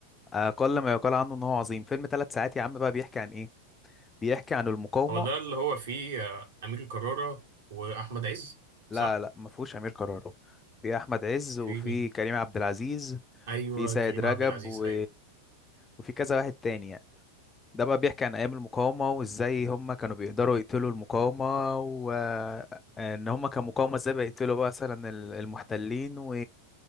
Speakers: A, on the left (about 15°); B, on the right (about 60°).
A: اقل ما يقال عنه ان هو عظيم فيلم ثلاث ساعات يا عم بقى بيحكي عن ايه بيحكي عن المقاومه
B: هو ده اللي هو فيه آه، امير كرارة واحمد عز
A: لا
B: صح
A: لا ما فيهوش امير كرارة في احمد عز
B: في
A: وفي
B: مين
A: كريم عبد العزيز
B: ايوه
A: وفي سيد
B: كريم
A: رجب
B: عبد العزيز
A: و...
B: ايوه
A: وفي كذا واحد تاني يعني ده بقى بيحكي عن ايام المقاومة وازاي هم كانوا بيقدروا يقتلوا المقاومة وان هم كمقاومة ازاي بيقتلوا بقى مثلا ال- المحتلين و...